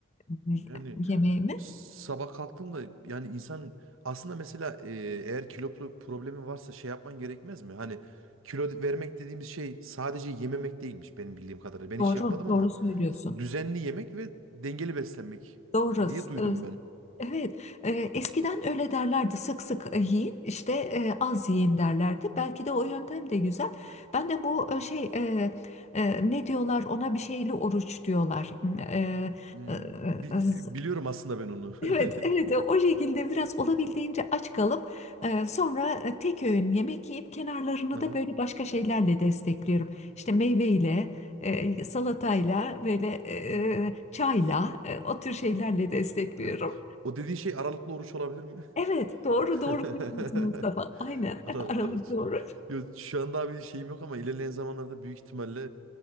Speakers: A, on the left; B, on the right.
A: e,
B: Yani
A: yemeğimi.
B: Sabah kalktığımda yani insan aslında mesela e, eğer kilo pro- problemi varsa şey yapman gerekmez mi? Hani kilo vermek dediğimiz şey sadece yememek değilmiş benim bildiğim kadarıyla. Ben
A: Doğru,
B: hiç yapmadım
A: doğru
B: ama
A: söylüyorsun.
B: düzenli yemek ve dengeli beslenmek
A: Doğru.
B: diye duydum
A: Ee,
B: ben.
A: Evet. Ee, Eskiden öyle derlerdi. Sık sık e, yiyin, işte e, az yiyin derlerdi. Belki de o yöntem de güzel. Ben de bu e, şey e, e, ne diyorlar ona bir şeyli oruç diyorlar. Hmm, e,
B: Hmm,
A: e,
B: bi-
A: e, z-
B: biliyorum aslında ben onu.
A: Evet, evet.
B: <laughs>
A: O şekilde biraz olabildiğince aç kalıp e, sonra e, tek öğün yemek yiyip kenarlarını
B: Aha,
A: da böyle başka şeylerle destekliyorum. İşte meyveyle, e, salatayla, böyle e,
B: evet,
A: e, çayla, e, o tür şeylerle destekliyorum.
B: evet. O dediğin şey aralıklı oruç olabilir
A: Evet, doğru
B: <laughs>
A: doğru söylüyorsun Mustafa. Aynen,
B: Anadolu
A: <laughs> Aralık
B: Aruç.
A: doğru.
B: Yo, şu anda bir şeyim yok ama ilerleyen zamanlarda büyük ihtimalle